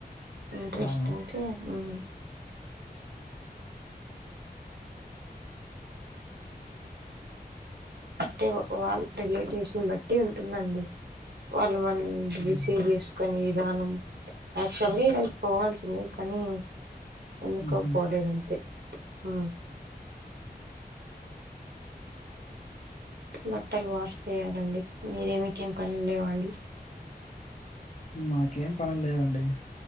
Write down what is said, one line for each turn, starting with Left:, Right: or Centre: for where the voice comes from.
Right: ఇంట్రెస్ట్
Left: అవునా!
Right: అంటే ఉ అంటే వా రిలేటివ్స్ ని బట్టి ఉంటుందండి వాళ్ళు మనల్
Left: హ్మ్.
Right: రిసీవ్ చేసు కొని విధానం యాక్చువల్గా ఈరోజు పోవాల్సింది కానీ ఎందుకో
Left: హుహు.
Right: పోలేదంతే అ బట్టలు వాష్ చేయ్యాలండి మీరేమి మీకే పనులేవండి
Left: మాకేం పనిలేదండి